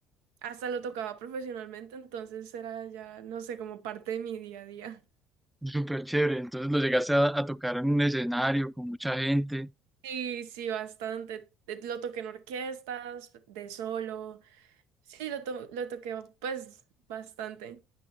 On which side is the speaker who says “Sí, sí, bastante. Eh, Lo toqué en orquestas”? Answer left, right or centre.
Right